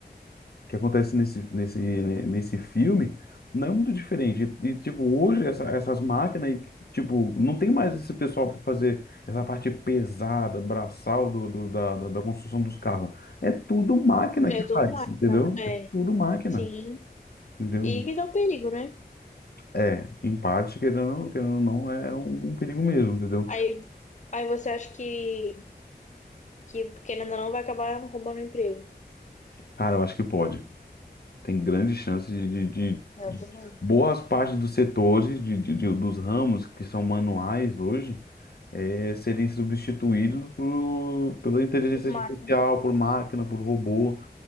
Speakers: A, on the left; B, on the left.
A: que acontece nesse, nesse, nesse filme não é muito diferente. E, tipo, hoje essa- essas máquinas, e, tipo, não tem mais esse pessoal para fazer essa parte pesada, braçal do, do- da, da, da construção dos carros. É tudo máquina
B: É,
A: que faz,
B: tudo máquina.
A: entendeu? É
B: É,
A: tudo máquina,
B: sim.
A: entendeu?
B: E que dá o perigo, né?
A: É, em parte, querendo ou não, querendo ou não, é um perigo mesmo, entendeu?
B: Aí, aí você acha que, que, querendo ou não, vai acabar roubando o emprego.
A: Cara, eu acho que pode. tem grandes chances de, de- de-
B: É,
A: de-
B: Eu também.
A: boas partes dos setores, de, de- de- dos ramos que são manuais hoje, eh, serem substituídos por, pela inteligência
B: Por mais-
A: artificial, por máquina, por robô,